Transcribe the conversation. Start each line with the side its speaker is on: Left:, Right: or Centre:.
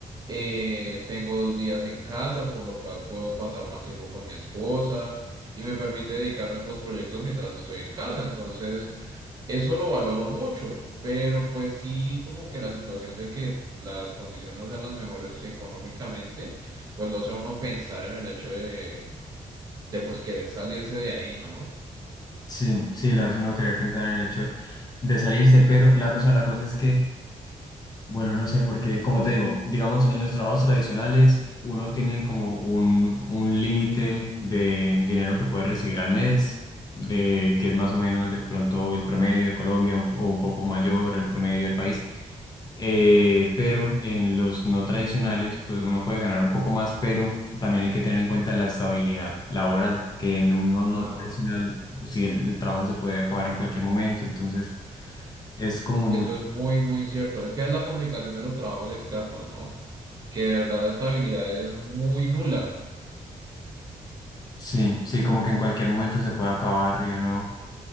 Right: Eh, tengo dos días en casa, por lo cual puedo pasar más tiempo con mi esposa y me permite dedicarme a otros proyectos mientras estoy en casa. Entonces, eso lo valoro mucho, pero pues sí, como que la situación de que las condiciones no sean las mejores económicamente, pues lo hace a uno pensar en el hecho de, de pues querer salirse de ahí, ¿no?
Left: Sí, sí, le hace uno querer pensar en el hecho de salirse, pero la cosa, la cosa es que... Bueno, no sé, porque como te digo, digamos, en los trabajos tradicionales uno tiene como un, un límite de dinero que puede recibir al mes, eh, que es más o menos de pronto el promedio de Colombia un po- o un poco mayor el promedio del país. Eh, pero en los no tradicionales, pues uno puede ganar un poco más, pero también hay que tener en cuenta la estabilidad laboral, que en uno no
Right: Ah,
Left: tradicional, si el, el trabajo se puede acabar en cualquier momento, entonces es como
Right: eso
Left: mucho.
Right: es muy, muy cierto. Es que es la complicación de los trabajos externos, ¿no? Que de verdad la estabilidad es muy nula.
Left: Sí, sí, como que en cualquier momento se puede acabar y uno,